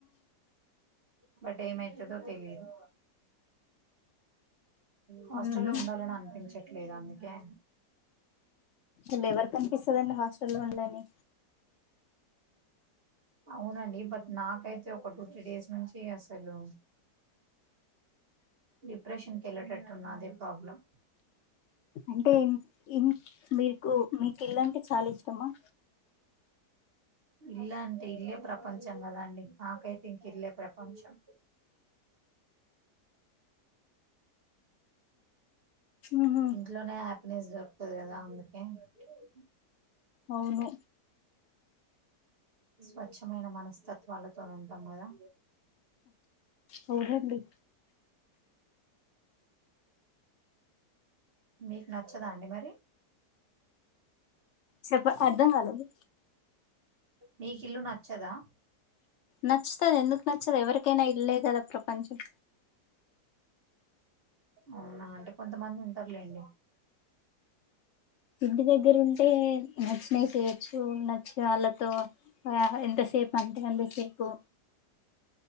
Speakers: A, on the right; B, on the left.
A: బట్ ఏమయితుదో తెలిదు హాస్టల్
B: ఉహు
A: లో ఉండాలని అనిపించి పెట్లేదు అందుకే
B: ఇళ ఎవరి కనిపిస్తుందిండి హాస్టల్ లో ఉళని
A: అవునండి బట్ నాకైతే ఒక టూ త్రీ డేస్ నుంచి అసలు డిప్రెషన్కి వెళ్ళేటట్టున్న అదే ప్రాబ్లం
B: అంటేం ఇం మీకు మీకు ఇల్లాంటి చాలించడమ్మా
A: ఇలా అంటే ఇల్రే ప్రపంచ కొంచం కదండి నాకైతే ఇంక ఇల్లే ప్రపంచం
B: ఉహు
A: ఇంట్లోనే హ్యాపీనెస్ జ పుల్లగా ఉంది ఏం వద్దు
B: అవును
A: స్వచ్ చ్చమైన మనస్తత్వాలతోను సంగదా
B: అవునండి.
A: మీకు నచ్చదా అండి మరి
B: చెప్పు అర్ధం కాలేదు.
A: నీకిల్లు నచ్చదా
B: నచ్చుతది ఎందుకు నచ్చదు ఎవరికైనా ఇల్లే కదా ప్రపంచం.
A: అవునా అంటే కొంతమంది ఉంటార్లేండి.
B: ఇంటి దగ్గర ఉంటే నచ్చినవి చేయొచ్చు నచ్చినాళ్ళతో యహా ఎంత సేపు అంతే ఎంత సేపు